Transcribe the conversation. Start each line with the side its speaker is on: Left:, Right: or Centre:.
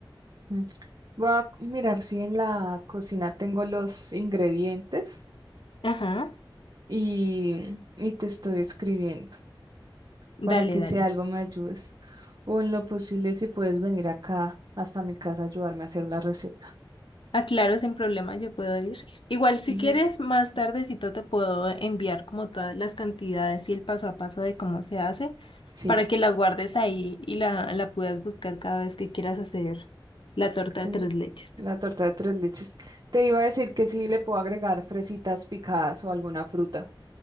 Right: mm. Voy a mirar si en la cocina tengo los ingredientes
Left: Ajá.
Right: y, y te estoy escribiendo
Left: Dale,
Right: para que
Left: dale.
Right: si algo me ayudes o en lo posible si puedes venir acá hasta mi casa a ayudarme a hacer la receta.
Left: Aclaro sin problema, yo puedo ir. Igual, si
Right: Yo-
Left: quieres, más tardecito te puedo enviar como todas las cantidades y el paso a paso de cómo se hace
Right: sí,
Left: para que la guardes ahí y la, la puedas buscar cada vez que quieras hacer la torta
Right: mm,
Left: de tres leches.
Right: la torta de tres leches. Te iba a decir que sí le puedo agregar fresitas picadas o alguna fruta.